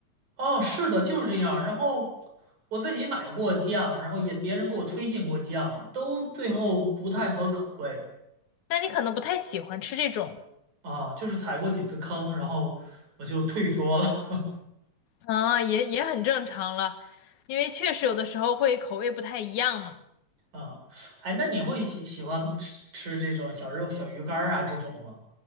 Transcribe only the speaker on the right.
哦，是的，就是这样儿然后我自己买过酱，然后也别人给我推荐过酱，都最后不太合口味
啊，就是踩过几次坑，然后我就退缩了。<laughs>
啊，哎，那你会喜喜欢吃吃这种小肉、小鱼干儿啊这种吗？